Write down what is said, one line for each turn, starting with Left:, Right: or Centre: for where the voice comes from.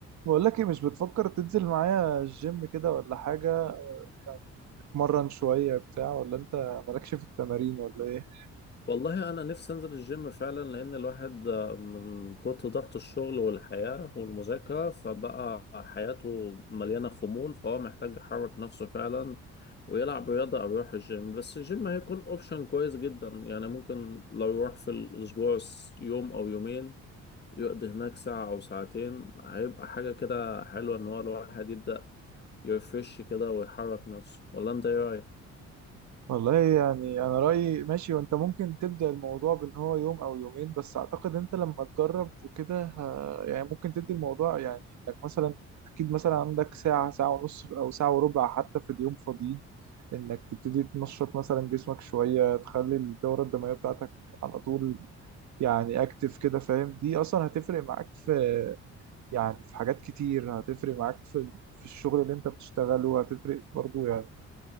Right: بقول لك ايه مش بتفكر تنزل معايا الجيم كده ولا حاجة تتمرن شوية بتاع ولا انت مالكش في التمارين ولا ايه
Left: والله انا نفسي انزل الجيم فعلا لان الواحد آه، من كتر ضغط الشغل والحياة والمذاكرة فبقى حياته مليانة خمول فهو محتاج يحرك نفسه فعلا ويلعب رياضة او يروح الجيم بس الجيم هيكون اوبشن كويس جدا يعني ممكن لو يروح في الاسبوع س- يوم او يومين يقضي هناك ساعة او ساعتين هيبقى حاجة كده حلوة ان هو الواحد يبدأ يرفرش كده ويحرك نفسه ولا انت ايه رأيك؟
Right: والله يعني انا رأيي ماشي وانت ممكن تبدأ الموضوع بان هو يوم او يومين بس اعتقد انت لما تجرب وكده ه- يعني ممكن تدي الموضوع يعني انك مثلا اكيد مثلا عندك ساعة ساعة ونص او ساعة وربع حتى في اليوم فاضيين انك تبتدي تنشط مثلا جسمك شوية تخلي الدورة الدموية بتاعتك على طول يعني اكتف كده فاهم دي اصلا هتفرق معاك في يعني في حاجات كتير هتفرق معاك في في الشغل اللي انت بتشتغله هتفرق برضو يعني